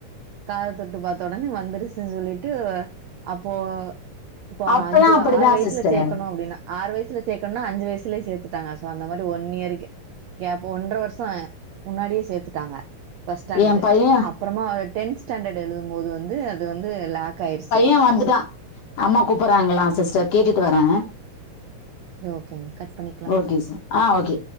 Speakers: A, on the right; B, on the left.
A: காதத் தொட்டு பாத்த ஒடனே வந்துருச்சுன் சொல்லிட்டு அப்போ இப்போ அவன
B: அப்பல்லா
A: அஞ்சு
B: அப்டிதா
A: ஆறு வயசுல
B: சிஸ்டர்
A: சேக்கணு அப்டின்னா ஆறு வயசுல சேக்கனுனா அஞ்சு வயசுலயே சேத் துட்டாங்க சோ அந்த மாரி ஒன் இயருக்கு கேப் ஒன்ற வருஷோ முன்னாடியே சேத்துட்டாங்க பர்ஸ்ட் ஸ்டாண்டர்டு
B: எ பைய
A: அப்புறமா அ டென்த் ஸ்டாண்டர்ட் எழுதும்போது வந்து அது வந்து லாக் ஆயிருச்சி
B: ஓ அப்டிதா அம்மா கூப்புர்றாங்களா சிஸ்டர் கேட்டுட்டு வரே
A: ரி ஓகேங்க கட் பண்ணிக்லாமா
B: ஓகே சார் ஆ ஓகே